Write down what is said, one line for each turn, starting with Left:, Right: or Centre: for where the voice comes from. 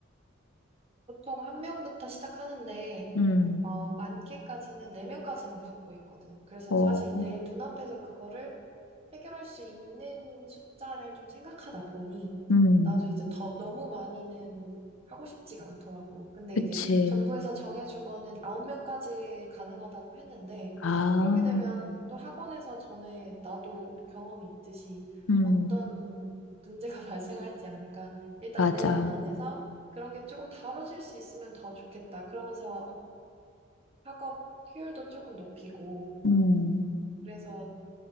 Right: 보통 한 명부터 시작하는데,
Left: 음,
Right: 어, 많게까지는 네 명까지만 받고 있거든. 그래서
Left: 어,
Right: 사실 내 눈앞에서 그거를 해결할 수 있는 숫자를 좀 생각하다 보니,
Left: 음,
Right: 나도 이제 더, 너무 많이는 하고 싶지가 않더라고. 근데
Left: 그치.
Right: 이제 정부에서 정해준 거는 아홉 명까지 가능하다고 했는데,
Left: 아,
Right: 그렇게 되면 또 학원에서 전에 나도 경험이 있듯이
Left: 음,
Right: 어떤 문제가 <laughs> 발생할지 아니까 일단
Left: 맞아.
Right: 내 눈 안에서 그런 게 조금 다뤄질 수 있으면 더 좋겠다. 그러면서 학업 효율도 조금 높이고.
Left: 음.
Right: 그래서,